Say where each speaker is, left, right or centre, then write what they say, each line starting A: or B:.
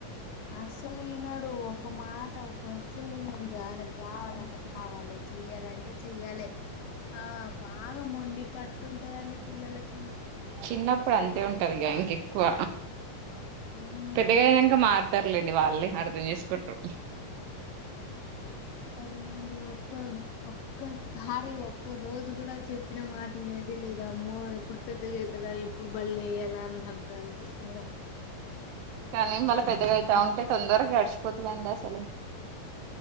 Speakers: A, on the left; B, on the right.
A: అస్సలు ఇనడు ఒక మాట ఒక అస్సలు వినడు ఇగ ఆయనకు కావాలంటే కావాలె చెయ్యాలంటే చెయ్యాలె ఆ బాగా మొండి పట్టుంటదండి పిల్లలకి
B: చిన్నప్పుడు అంతే ఉంటది గా ఇంకిప్ కువ
A: ఉమ్
B: పెద్దగయినంక మార్త తరులేండి వాళ్లే అర్దం చేసుకుంట్రూ
A: అవునండి ఒక్క ఒక్కసారి ఒక్క రోజు కూడా చెప్పిన మాటినేదే లేదు అమ్మో ఎప్పుడు పెద్దగాతాడా ఎప్పుడు బళ్ళో ఎయ్యలా అన్నది అనిపిస్తుంది నాకు
B: కానీ మళ పెద్దగా అవుతా
A: హ్మ్.
B: ఉంటే తొందరగా గడిశి పో పొతు లాండసలు